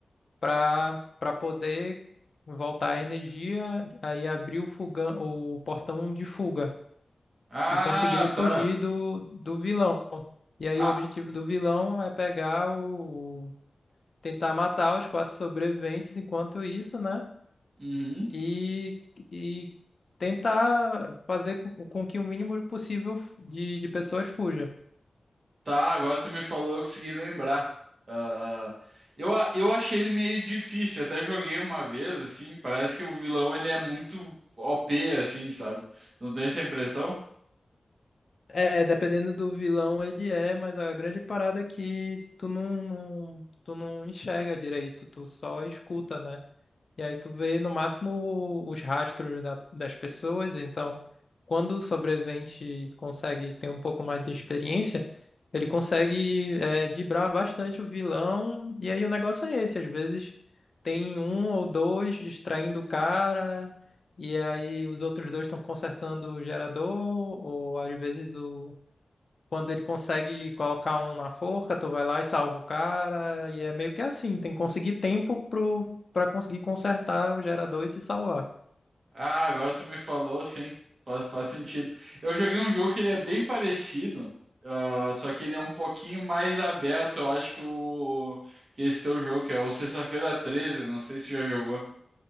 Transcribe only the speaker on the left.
para para poder voltar a energia, aí abrir o fogão, o portão de fuga
e conseguirem fugir
do, do vilão. E aí
o objetivo do vilão é pegar o, o- tentar matar os quatro sobreviventes enquanto isso, né?
E, e tentar fazer com, com que o mínimo possível de, de pessoas fuja.
É, dependendo do vilão ele é, mas a grande parada é que tu não, não- tu não enxerga direito, tu só escuta, né? E aí tu vê no máximo os rastros da- das pessoas, então quando o sobrevivente consegue ter um pouco mais de experiência, ele consegue é, driblar bastante o vilão, e aí o negócio é esse, às vezes tem um ou dois distraindo o cara, e aí os outros dois estão consertando o gerador, ou às vezes o quando ele consegue colocar um na forca, tu vai lá e salva o cara. E é meio que assim, tem que conseguir tempo pro, pra conseguir consertar o gerador e se salvar.